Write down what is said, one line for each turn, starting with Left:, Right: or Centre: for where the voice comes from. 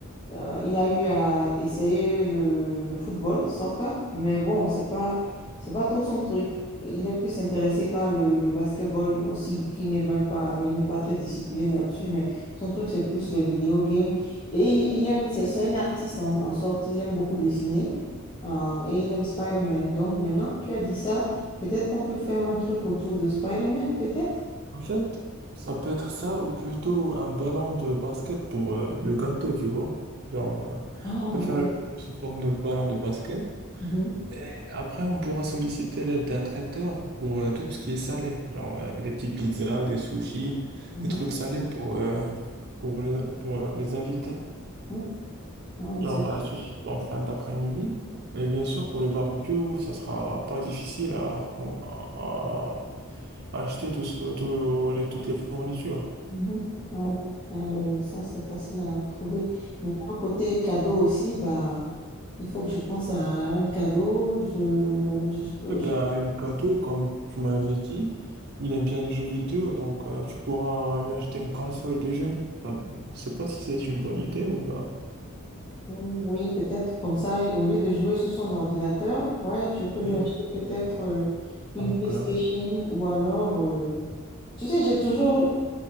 Left: euh, il a eu à essayer le, le football, soccer, mais bon, c'est pas, c'est pas trop son truc. Mais Il est plus intéressé par le, le basketball aussi, qui n'est même pas, il n'est pas très discipliné là-dessus, mais son truc, c'est plus les vidéo games. Et il, il aime, c'est c'est un artiste en, en sorte, il aime beaucoup dessiner, euh, et il aime Spider-Man. Donc maintenant que tu as dit ça, peut-être qu'on peut faire un truc autour de Spider-Man, peut-être?
Right: En fait, ça peut être ça ou plutôt un ballon de basket pour euh, le gâteau, tu vois. Genre, euh,
Left: Ah,
Right: on peut faire
Left: ouais.
Right: le gâteau sous forme de ballon de basket.
Left: Mhm,
Right: Et après, on pourra solliciter l'aide d'un traiteur pour euh, tout ce qui est salé, genre euh, des petits pizzas, des sushis,
Left: mhm,
Right: des trucs salés pour, euh, pour les, pour euh, les invités.
Left: mhm. Ah, mais
Right: Genre
Left: c'est
Right: euh, sushi en fin d'après-midi. Et bien sûr, pour le barbecue, ça sera pas difficile à, à- à acheter tout ce- tout les- toutes les fournitures.
Left: Mhm. Ouais. Là, le- ça, c'est facile à trouver. Mais un côté cadeau aussi, bah, il faut que je pense à un cadeau. Je ne, je- je-
Right: Eh Ben,
Left: je-
Right: le cadeau, comme tu m'avais dit, il aime bien les jeux vidéo, donc euh, tu pourras lui acheter une console de jeu. Ah ben, Je sais pas si c'est une bonne idée ou ben.
Left: oui, peut-être comme ça, au lieu de jouer sur son ordinateur, ouais, je peux lui
Right: Mhm.
Left: acheter peut-être euh, une
Right: Donc,
Left: PlayStation
Right: euh,
Left: ou alors. euh, tu sais, j'ai toujours